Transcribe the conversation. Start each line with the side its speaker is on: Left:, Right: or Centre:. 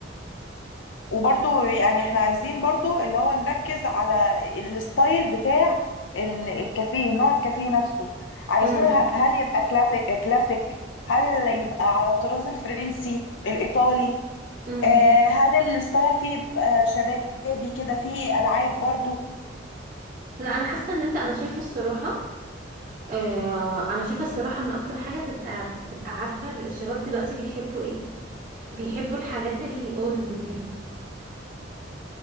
Left: وبرضو يعني احنا عايزين برضو اللي هو نركز على الستايل بتاع ال- الكافيه نوع الكافيه نفسه عايزين
Right: امم
Left: هل يبقى كلاسيك كلاسيك هل يبقى على الطراز الفرنسي الايطالي
Right: امم
Left: آه، هل الستايل فيه يبقى شبابي كده فيه العاب برضو
Right: لا انا حاسه ان انت انا شايفه الصراحه آه انا شايفه الصراحه ان اكتر حاجه تبقى بتبقى عارفه الشباب دلوقتي بيحبوا ايه بيحبوا الحاجات الاولد دي